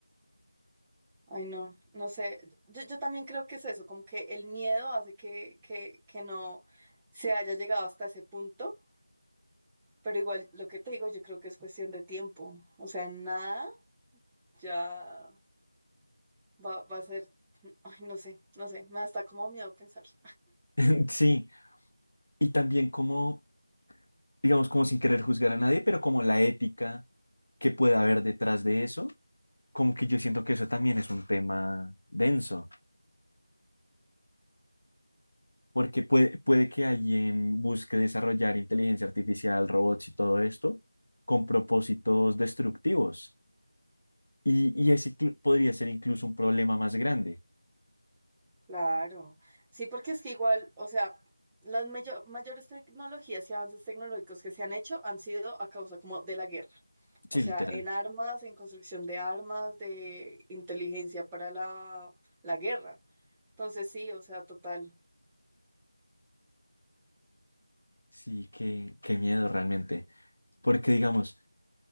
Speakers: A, in the centre; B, on the left.
A: ay no, no sé. Yo, yo también creo que es eso, como que el miedo hace que, que, que no se haya llegado hasta ese punto, pero igual lo que te digo, yo creo que es cuestión de tiempo. O sea, en nada ya va, va a ser, ay no sé, no sé, me da hasta como miedo pensarlo.
B: <laughs> sí. Y también como, digamos, como sin querer juzgar a nadie, pero como la ética que pueda haber detrás de eso, como que yo siento que eso también es un tema denso. porque puede, puede que alguien busque desarrollar inteligencia artificial, robots y todo esto con propósitos destructivos. Y, y ese cl- podría ser incluso un problema más grande.
A: Claro, sí, porque es que igual, o sea, las mayo- mayores tecnologías y avances tecnológicos que se han hecho han sido a causa como de la guerra,
B: Sí,
A: o sea,
B: literal.
A: en armas, en construcción de armas, de inteligencia para la, la guerra. Entonces sí, o sea, total.
B: Sí, qué, qué miedo realmente. Porque digamos,